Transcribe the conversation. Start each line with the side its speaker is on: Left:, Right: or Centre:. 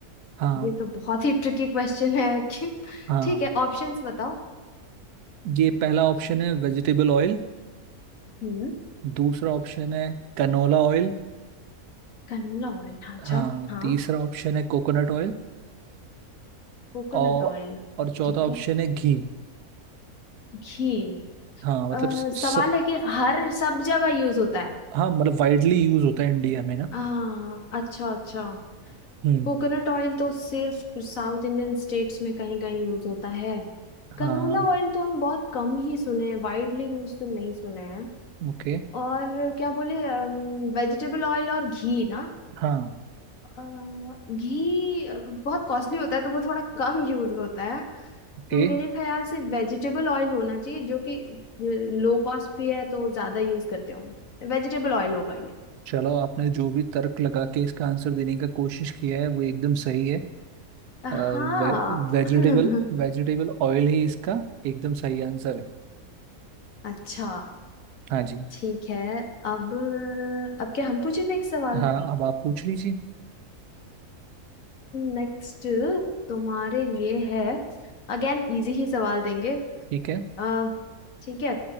Right: हाँ
Left: ये तो बहुत ही ट्रिकी क्वेश्चन है <laughs> कि-
Right: हाँ
Left: ठीक है ऑप्शंस बताओ
Right: ये पहला ऑप्शन है वेजिटेबल ऑयल
Left: हम्म
Right: दूसरा ऑप्शन है कनोला ऑयल
Left: कनोला ऑयल अच्छा
Right: हाँ
Left: हाँ
Right: तीसरा ऑप्शन है कोकोनट ऑयल
Left: Coconut
Right: और
Left: oil
Right: और चौथा
Left: ठीक
Right: ऑप्शन
Left: है
Right: है घी
Left: घी
Right: हाँ मतलब
Left: अ,
Right: स- सब
Left: सवाल है कि हर सब जगह यूज होता है
Right: हाँ मतलब वाइडली यूज होता है इंडिया में ना
Left: आ, अच्छा अच्छा
Right: हम्म
Left: कोकोनट ऑयल तो सिर्फ साउथ इंडियन स्टेट्स में कहीं कहीं यूज होता है कनोला
Right: हाँ
Left: ऑयल तो हम बहुत कम ही सुने हैं वाइडली यूज तो नहीं सुने हैं
Right: ओके
Left: और क्या बोले वेजिटेबल ऑयल और घी ना
Right: हाँ
Left: अ, घी बहुत कॉस्टली होता है तो वो थोड़ा कम यूज होता है
Right: ओके
Left: तो मेरे ख्याल से वेजिटेबल ऑयल होना चाहिए जो कि लो कॉस्ट भी है तो ज्यादा यूज करते होंगे वेजिटेबल ऑयल होगा ये
Right: चलो आपने जो भी तर्क लगा के इसका आंसर देने का कोशिश किया है वो एकदम सही है
Left: हाँ
Right: अ, वे, वेजिटेबल
Left: <laughs>
Right: वेजिटेबल ऑयल ही इसका एकदम सही आंसर है
Left: अच्छा
Right: हाँ जी
Left: ठीक है अब अब क्या हम पूछे नेक्स्ट सवाल
Right: हाँ अब आप पूछ लीजिए
Left: नेक्स्ट तुम्हारे लिए है अगेन इजी ही सवाल देंगे
Right: ठीक है
Left: अ, ठीक है